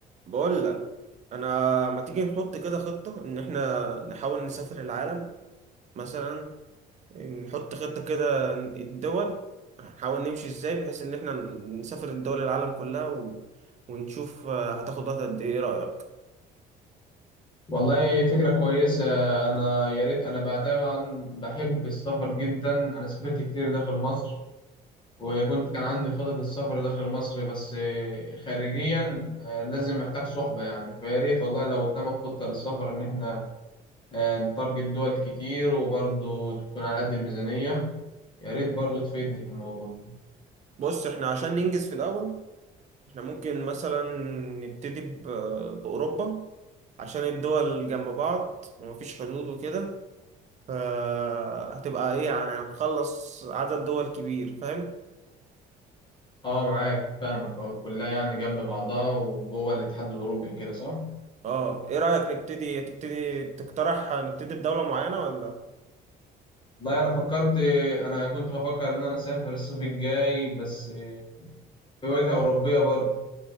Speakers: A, on the right; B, on the left.
A: بقول لك انا ما تيجي نحط كده خطة ان احنا نحاول نسافر العالم مثلا نحط خطة كده الدول هنحاول نمشي ازاي بحيث ان احنا نسافر الدول العالم كلها و... ونشوف هتاخد وقت قد ايه إيه رأيك
B: والله فكرة كويسة أنا يا ريت أنا بقى طبعا بحب السفر جدا أنا سافرت كتير داخل مصر وكنت كان عندي خطط السفر داخل مصر بس آه، خارجيا آه، لازم محتاج صحبة يعني فيا ريت والله لو قدامك خطة للسفر إن إحنا آه، نتارجت دول كتير وبرضه تكون على قد الميزانية يا ريت برضه تفيدني في الموضوع ده
A: بص احنا عشان ننجز في الاول احنا ممكن مثلا نبتدي ب... بأوروبا عشان الدول جنب بعض ومفيش حدود وكده فهتبقى ايه يعني هنخلص عدد دول كبير فاهم
B: أه معاك فاهمك أه كلها يعني جنب بعضها وجوه الاتحاد الأوروبي كده صح؟
A: اه ايه رأيك نبتدي تبتدي تقترح نبتدي بدولة معينة ولا
B: والله انا فكرت انا كنت بفكر ان انا اسافر الصيف الجاي بس في وجهة اوروبية برضه